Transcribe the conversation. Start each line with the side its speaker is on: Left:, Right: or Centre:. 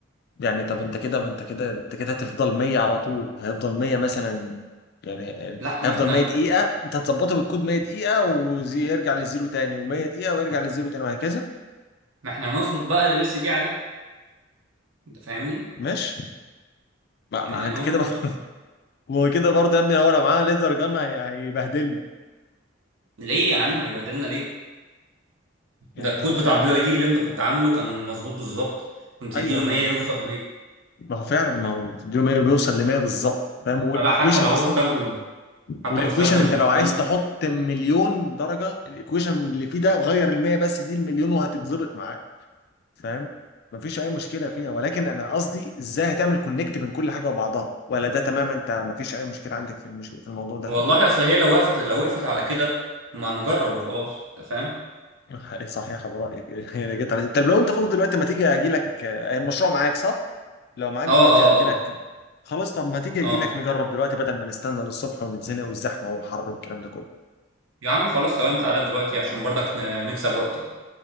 Left: يعني طب انت كده ما انت كده انت كده هتفضل 100 على طول هيفضل 100 مثلا يعني يعني
Right: لا
Left: هيفضل
Right: ما احنا
Left: 100 دقيقة انت هتظبطه بالكود 100 دقيقة ويرجع للزيرو تاني و100 دقيقة ويرجع للزيرو تاني وهكذا
Right: ما احنا نظبط بقى ال سي دي عليه انت فاهمني
Left: ماشي ما,
Right: يعني
Left: ما انت
Right: نظبط
Left: كده بقى <laughs> ما هو كده برضه يا ابني لو انا معاه ليزر جان هي- هيبهدلنا
Right: ليه يا عم هيبهدلنا ليه
Left: يعني
Right: ده الكود
Left: انت هتظبط
Right: بتاع البي
Left: ال-
Right: اي دي اللي انت كنت عامله كان مظبوط بالظبط كنت تديله
Left: ايوه
Right: 100
Left: ما انا
Right: يوصل
Left: فاهم
Right: ل 100
Left: ما هو فعلا ما هو الفيديو 100 بيوصل ل 100 بالظبط فاهم والايكويشن
Right: فلا حتى لو هو
Left: اصلا
Right: استخدم حتى
Left: والايكويشن
Right: لو استخدم
Left: انت
Right: الهيت
Left: لو عايز
Right: جن
Left: تحط مليون درجه الايكويشن اللي فيه ده غير المية بس دي المليون وهتتظبط معاك فاهم مفيش اي مشكله فيها ولكن انا قصدي ازاي هتعمل كونكت بين كل حاجه وبعضها ولا ده تمام انت مفيش اي مشكله عندك في المش... في الموضوع ده
Right: والله اصل هي لو وقفت لو وقفت على كده ما نجرب وخلاص انت فاهم
Left: <laughs> صحيح على رايك <laughs> يعني جيت على طب لو انت فاضي دلوقتي ما تيجي اجي لك آه، المشروع معاك صح لو معاك
Right: اه
Left: دلوقتي
Right: اه
Left: اجي
Right: اه
Left: لك خلاص طب ما تيجي
Right: اه
Left: اجي لك
Right: آه.
Left: نجرب دلوقتي بدل ما نستنى للصبح ونتزنق والزحمه والحر والكلام ده كله
Right: يا عم خلاص تمام تعالى دلوقتي عشان برضك ن- نكسب وقت يعني.